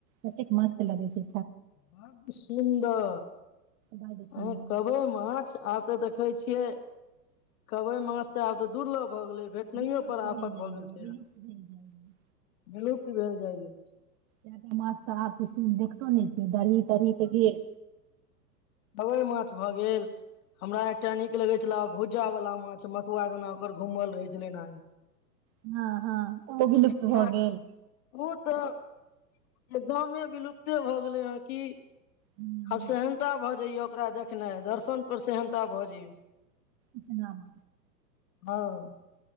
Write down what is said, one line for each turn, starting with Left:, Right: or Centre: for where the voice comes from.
Right: कतेक मस्त लगै छै।
Left: बड सुन्दर
Right: बड्ड सुन्दर
Left: अ कभै मछ आब त ठै छियै कहबै माछ तऽ आब तऽ दूर लग भे
Right: विलुप्त भेल
Left: आफत
Right: जाय
Left: भऽ
Right: रहै
Left: गेल छै।
Right: विलुप्त भेल जाय रहै
Left: भेल जाइ गेल
Right: इ त मस तऽ आब देखतो ने दरही तरह त गेल
Left: दबइ माछ भऽ गेल हमरा एकटा नीक लगैत छल बहुत पूजा वालला माछ मथुआ जेना ओकर घुमल रहै छलै
Right: हँ हँ। ओ विलुप्त
Left: पछीला
Right: भऽ
Left: आर
Right: गेल
Left: ओ तऽ एकदमे विलुप्ते भऽ गेलै हन की
Right: हूँ
Left: आब सेहनता भरि जइय ओकरा देखनाइ दर्शन पर सेहनता भऽ जाइ या
Right: इतनाब
Left: हँ।